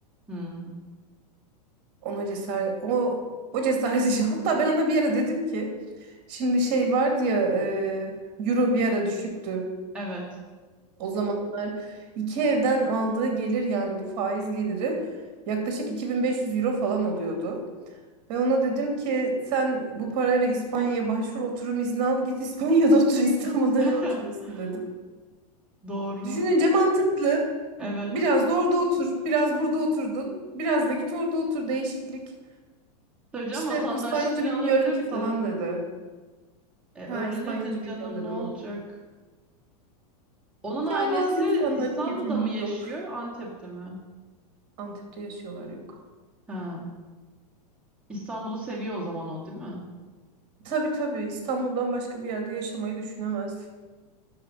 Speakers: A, in the centre; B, on the right.
A: Hmm,
B: Ona cesaret o o cesaret işi. Hatta ben ona bir ara dedim ki şimdi şey vardı ya e, euro bir ara düşüktü.
A: evet.
B: O zamanlar iki evden aldığı gelir yani bu faiz geliri yaklaşık 2500 euro falan oluyordu. Ve ona dedim ki sen bu parayla İspanya'ya başvur oturum izni al git İspanya'da <laughs> otur İstanbul'da
A: <laughs>
B: ne oturuyorsun dedim.
A: Doğru.
B: Düşününce mantıklı.
A: Evet.
B: Biraz da orada otur, biraz burada oturdun, biraz da git orada otur değişiklik.
A: Tabii canım
B: İşte
A: vatandaşlık
B: İspanyolca
A: bile
B: bilmiyorum
A: alabilirdi.
B: ki falan dedi.
A: E, öğrenirdin
B: Ha İspanyolca
A: canım
B: bilmiyorum dedim
A: ne olacak?
B: ama.
A: Onun ailesi
B: Ya bazı insanların
A: İstanbul'da
B: yeteneği
A: mı yaşıyor,
B: yok.
A: Antep'te mi?
B: Antep'te yaşıyorlar yok.
A: Ha. İstanbul'u seviyor o zaman o değil mi?
B: Tabii tabii İstanbul'dan başka bir yerde yaşamayı düşünemez.